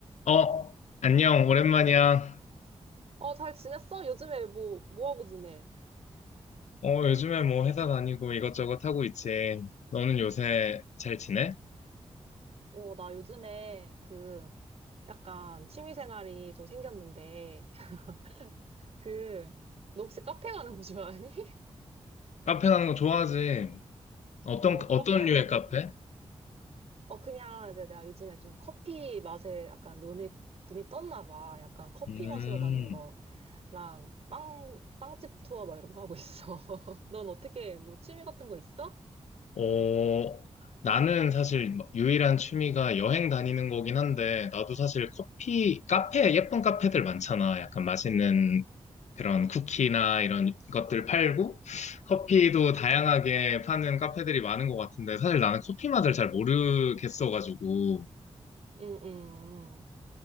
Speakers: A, on the left (about 80°); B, on the right (about 60°).
A: 어, 안녕, 오랜만이야.
B: 어, 잘 지냈어? 요즘에 뭐, 뭐 하고 지내?
A: 어, 요즘에 뭐 회사 다니고 이것저것 하고 있지. 너는 요새 잘 지내?
B: 어, 나 요즘에 그 약간 취미 생활이 좀 생겼는데 <laughs> 그 너 혹시 카페 가는 거 좋아하니? <laughs>
A: 카페 가는 거 좋아하지? 어떤,
B: 어,
A: 어떤
B: 카페
A: 류의
B: 가고.
A: 카페?
B: 어, 그냥 이제 내가 요즘에 좀 커피 맛에 약간 눈이 눈이 떴나 봐. 약간 커피
A: 음,
B: 마시러 다니는 거랑 빵 빵집 투어 막 이런 거 하고 있어. <laughs> 넌 어떻게 뭐 취미 같은 거 있어?
A: 어, 나는 사실 유일한 취미가 여행 다니는 거긴 한데, 나도 사실 커피, 카페, 예쁜 카페들 많잖아. 약간 맛있는 그런 쿠키나 이런 것들 팔고 커피도 다양하게 파는 카페들이 많은 것 같은데 사실 나는 커피 맛을 잘 모르겠어가지고
B: 응, 응, 응.